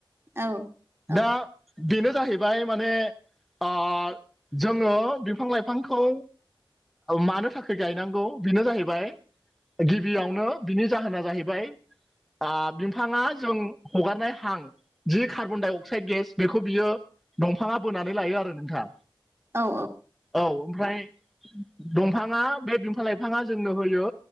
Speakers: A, on the right; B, in the centre.
A: औ औ
B: दा बेनो जाहैबाय माने अ जोङो बिफां लाइफांखौ मानो थाखाय गायनांगौ बेनो जाहैबाय गिबियावनो बिनि जाहोना जाहैबाय आ बिफाङा जों हगारनाय हां जि कार्बन डाइ अक्साइद गेस बेखौ बियो दंफाङा बोनानै लायो आरो नोंथां
A: औ
B: औ ओमफ्राय दंफाङा बे बिफां लाइफाङा जोंनो होयो